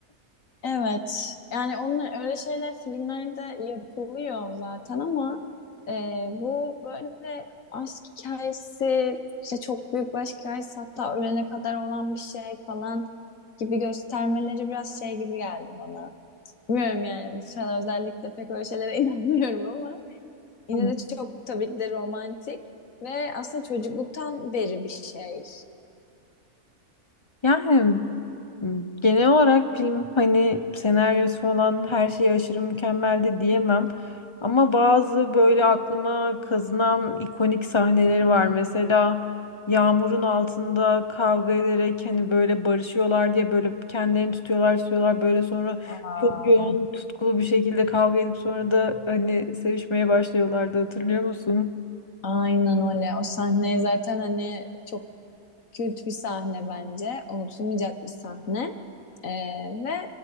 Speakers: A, on the left; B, on the left.
A: Evet. Yani onlar öyle şeyler filmlerde yapılıyor zaten ama e, bu böyle aşk hikayesi işte çok büyük bir aşk hikayesi hatta ölene kadar olan bir şey falan gibi göstermeleri biraz şey gibi geldi bana. Bilmiyorum yani bu sıralar özellikle pek öyle şeylere <laughs> inanmıyorum ama yine
B: <laughs>
A: de çok tabii ki de romantik ve aslında çocukluktan beri bir şey.
B: Yani m, genel olarak film hani senaryosu falan her şey aşırı mükemmel de diyemem. Ama bazı böyle aklıma kazınan ikonik sahneleri var. Mesela yağmurun altında kavga ederek hani böyle barışıyorlar diye böyle kendilerini tutuyorlar tutuyorlar böyle sonra
A: Aa,
B: çok yoğun tutkulu bir şekilde kavga edip sonra da hani sevişmeye başlıyorlardı hatırlıyor musun?
A: aynen öyle. O sahneye zaten hani çok kült bir sahne bence. Unutulmayacak bir sahne. Ee, ve